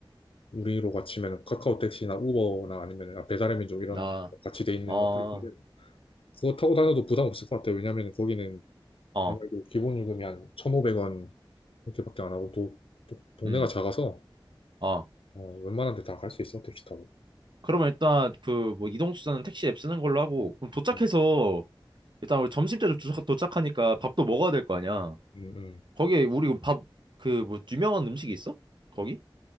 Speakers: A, on the left; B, on the right.
A: 우리로 같이면 카카오 택시나 우버나 아니면 아, 배달의 민족 이런
B: 아,
A: 같이 돼 있는
B: 어,
A: 어플인데 그거 타고 다녀도 부담 없을 것 같아요. 왜냐하면 거기는
B: 어,
A: 내가 이게 기본 요금이 한 1,500원 이렇게밖에 안 하고 또, 또 동네가
B: 음,
A: 작아서
B: 어.
A: 어, 웬만한 데 다 갈 수 있어 택시 타고.
B: 그러면 일단 그 뭐 이동수단은 택시 앱 쓰는 걸로 하고 그럼 도착해서
A: 음,
B: 일단 우리 점심 때 도착, 도착하니까 밥도 먹어야 될 거 아니야.
A: 음, 음.
B: 거기에 우리 밥, 그, 뭐, 유명한 음식이 있어? 거기?